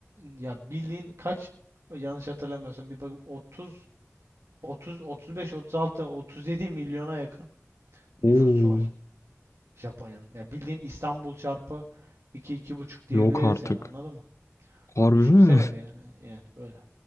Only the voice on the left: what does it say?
Oo
yok artık.
Harbi
mi? <laughs>